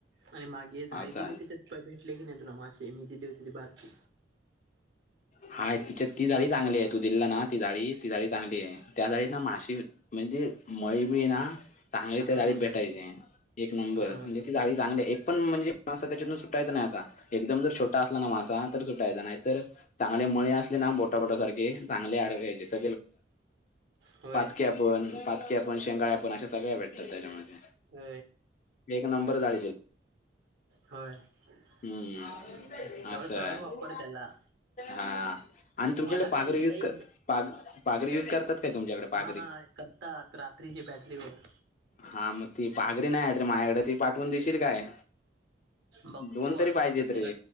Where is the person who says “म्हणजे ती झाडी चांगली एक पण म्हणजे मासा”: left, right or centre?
Left